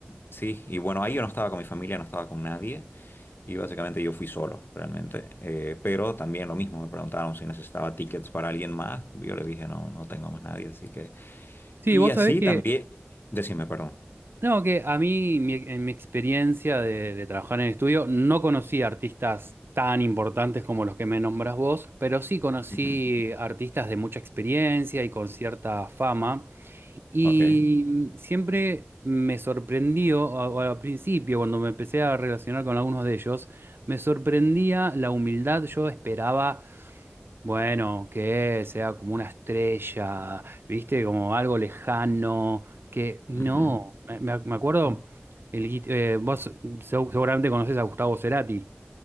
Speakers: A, on the left; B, on the right.
A: sí, y bueno, ahí yo no estaba con mi familia, no estaba con nadie, y básicamente yo fui solo, realmente. Eh, pero también lo mismo, me preguntaron si necesitaba tickets para alguien más, yo les dije, no, no tengo más nadie, así que...
B: sí,
A: Y
B: vos
A: así
B: sabés que...
A: también, decime, perdón.
B: No, que a mí, mi- en mi experiencia de, de trabajar en el estudio, no conocí artistas tan importantes como los que me nombras vos, pero sí conocí
A: Ujú,
B: artistas de mucha experiencia y con cierta fama. Y
A: Ok.
B: siempre me sorprendió, a- o al principio, cuando me empecé a relacionar con algunos de ellos, me sorprendía la humildad. Yo esperaba bueno, que sea como una estrella, ¿viste? Como algo lejano, que... y
A: ujú,
B: No, me, me- me acuerdo,
A: mm,
B: el, guit- eh, vos seg- seguramente conocés a Gustavo Cerati.